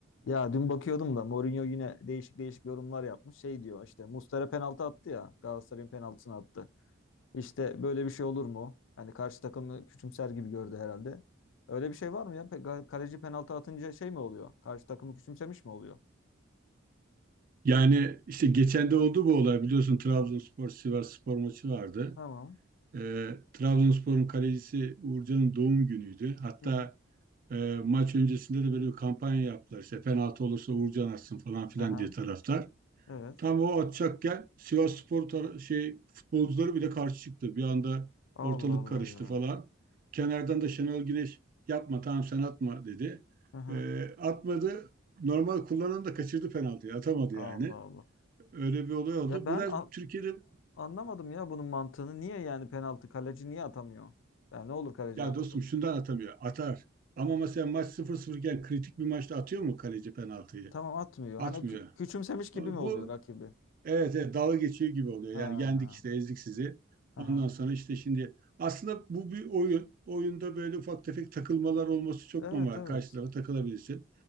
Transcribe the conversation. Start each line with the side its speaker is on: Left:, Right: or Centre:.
Left: Ya dün bakıyordum da Mourinho yine değişik değişik yorumlar yapmış. Şey diyor işte Muslera penaltı attı ya. Galatasaray'ın penaltısını attı. İşte böyle bir şey olur mu? Hani karşı takımı küçümser gibi gördü herhalde. Öyle bir şey var mı ya? Pe- ga- Kaleci penaltı atınca şey mi oluyor? Karşı takımı küçümsemiş mi oluyor?
Right: Yani işte geçen de oldu bu olay biliyorsun Trabzonspor Sivasspor maçı vardı.
Left: Tamam.
Right: Ee, Trabzonspor'un kalecisi Uğurcan'ın doğum günüydü. Hatta
Left: Hı hı.
Right: e, maç öncesinde de böyle bir kampanya yaptılar. İşte penaltı olursa Uğurcan atsın falan filan
Left: Aha.
Right: diye taraftar.
Left: Evet.
Right: Tam o atacakken Sivasspor tar- şey futbolcuları bile karşı çıktı. Bir anda
Left: Allah
Right: ortalık
Left: Allah
Right: karıştı
Left: ya.
Right: falan. Kenardan da Şenol Güneş yapma tamam sen atma dedi.
Left: Aha.
Right: Ee, atmadı. Normal kullanan da kaçırdı penaltıyı. Atamadı
Left: Allah
Right: yani.
Left: Allah.
Right: Öyle bir olay oldu.
Left: Ya ben
Right: Biraz
Left: an-
Right: Türkiye'de
Left: anlamadım ya bunun mantığını. Niye yani penaltı kaleci niye atamıyor? Ya ne olur kaleci
Right: ya
Left: atsa.
Right: dostum şundan atamıyor. Atar. Ama mesela maç sıfır 0 iken kritik bir maçta atıyor mu kaleci penaltıyı?
Left: Tamam atmıyor.
Right: Atmıyor.
Left: Hani o kü- küçümsemiş gibi
Right: Bu
Left: mi oluyor rakibi?
Right: evet, evet dalga geçiyor gibi oluyor.
Left: Ha.
Right: Yani yendik işte ezdik sizi.
Left: Aha.
Right: Ondan sonra işte şimdi aslında bu bir oyun. Oyunda böyle ufak tefek takılmalar olması çok
Left: Evet
Right: normal.
Left: evet.
Right: Karşı tarafa takılabilirsin.